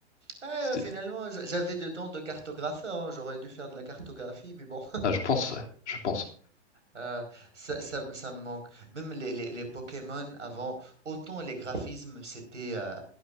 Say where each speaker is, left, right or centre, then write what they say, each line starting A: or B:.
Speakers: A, on the right; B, on the left.
A: Ah,
B: C'était,
A: finalement, j'a- j'avais des dents de cartographeur. hein, J'aurais dû faire de la cartographie, mais bon.
B: ah, je pense, ouais, je pense.
A: Euh, ça, ça, ça me manque. Même les, les, les Pokémon avant, autant les graphismes, c'était euh,